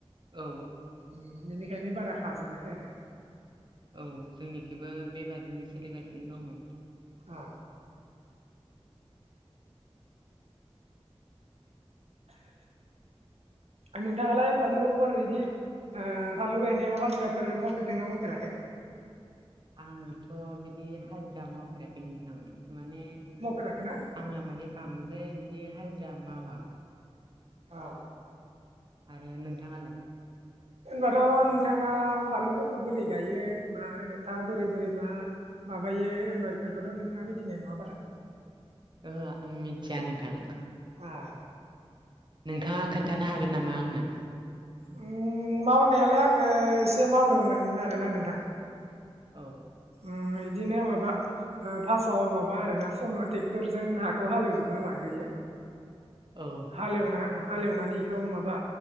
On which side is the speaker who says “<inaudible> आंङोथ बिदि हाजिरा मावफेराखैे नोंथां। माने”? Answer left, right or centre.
Right